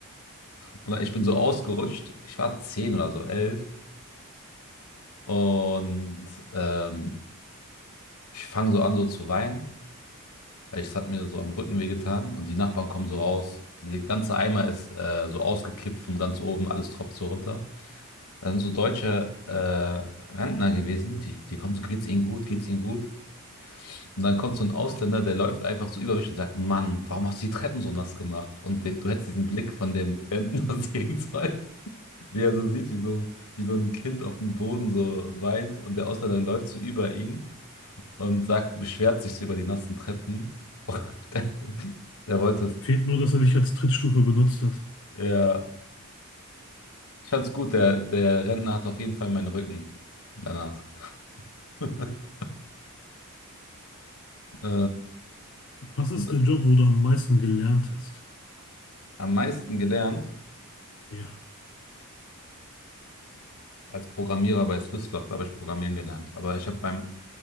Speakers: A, on the left (about 85°); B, on the left (about 60°).
A: und ich bin so ausgerutscht. Ich war 10 oder so, elf Und ähm, Ich fange so an, so zu weinen, weil es hat mir so am Rücken wehgetan und die Nachbarn kommen so raus. Der ganze Eimer ist äh, so ausgekippt von ganz oben, alles tropft so runter. Da sind so deutsche äh, Rentner gewesen, die, die kommen so, geht's ihnen gut, geht's ihnen gut. Und dann kommt so ein Ausländer, der läuft einfach so über mich und sagt, Mann, warum hast du die Treppen so nass gemacht? Und de, du hättest diesen Blick von dem Rentner <laughs> sehen sollen, wie er so sieht, wie so, wie so ein Kind auf dem Boden so weint und der Ausländer läuft so über ihn und sagt, beschwert sich so über die nassen Treppen. Und <laughs> der, der wollte,
B: Fehlt nur, dass er dich als Trittstufe benutzt hat.
A: ja, ich fand's gut, der, der Rentner hat auf jeden Fall meinen Rücken danach. <laughs> Äh,
B: Was ist
A: und
B: der Job, wo du am meisten gelernt hast?
A: am meisten gelernt
B: Ja.
A: als Programmierer bei Swisslog, da habe ich Programmieren gelernt. Aber ich habe beim,